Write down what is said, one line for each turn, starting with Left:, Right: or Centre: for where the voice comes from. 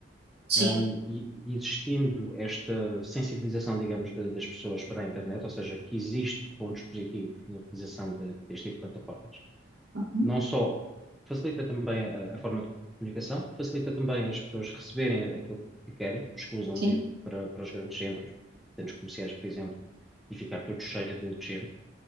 Right: Sim,
Centre: Ahm, e e existindo esta sensibilização, digamos, de- das pessoas para a internet, ou seja, que existe pontos positivos na utilização de- deste tipo de plataformas,
Right: Uhum.
Centre: não só facilita também a, a forma de comunicação, facilita também as pessoas receberem aquilo que querem, escusam
Right: sim.
Centre: de ir para, para os grandes centros, centros comerciais, por exemplo, e ficar tudo cheio de de gente,